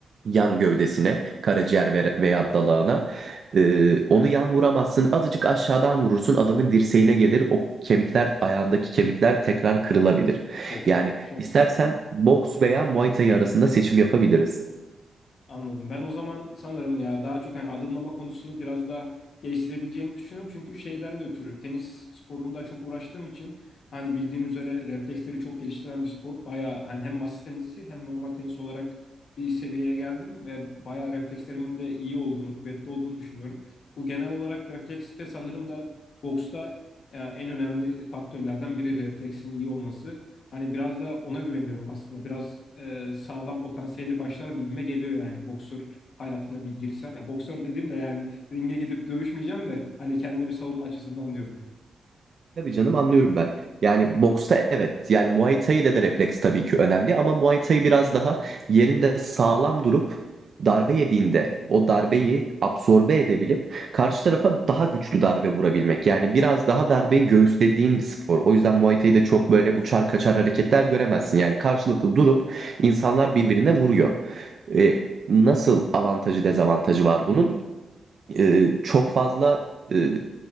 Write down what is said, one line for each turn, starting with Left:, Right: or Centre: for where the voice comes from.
Right: yan gövdesine, karaciğer ve- veya dalağına. E, onu yan vuramazsın. Azıcık aşağıdan vurursun adamın dirseğine gelir. O kemikler ayağındaki kemikler tekrar kırılabilir.
Left: Of,
Right: Yani
Left: çok
Right: istersen
Left: sıkıntı.
Right: boks veya Muay Thai arasında seçim yapabiliriz.
Left: Anladım. Ben o zaman sanırım ya daha çok hani adımlama konusunu biraz daha geliştirebileceğimi düşünüyorum. Çünkü şeyden de ötürü tenis sporunda çok uğraştığım için hani bildiğin üzere refleksleri çok geliştiren bir spor. Bayağı hani hem masa tenisi hem normal tenis olarak bir seviyeye geldim ve bayağı reflekslerimin de iyi olduğunu, kuvvetli olduğunu düşünüyorum. Bu genel olarak refleks de sanırım da boksta e, en önemli faktörlerden biri refleksin iyi olması. Hani biraz da ona güveniyorum aslında. Biraz e, sağlam potansiyelli başlarım gibime geliyor yani boksör hayatına bir girsem. Ya boksör dediğim de yani ringe gidip dövüşmeyeceğim de hani kendimi savunma açısından diyorum.
Right: Tabii canım anlıyorum ben. Yani boksta evet. Yani Muay Thai'de de refleks tabii ki önemli ama Muay Thai biraz daha yerinde sağlam durup darbe yediğinde o darbeyi absorbe edebilip karşı tarafa daha güçlü darbe vurabilmek. Yani biraz daha darbeyi göğüslediğin bir spor. O yüzden Muay Thai'de çok böyle uçar kaçar hareketler göremezsin. Yani karşılıklı durup insanlar birbirine vuruyor. Ee, nasıl avantajı dezavantajı var bunun? Ee, çok fazla e,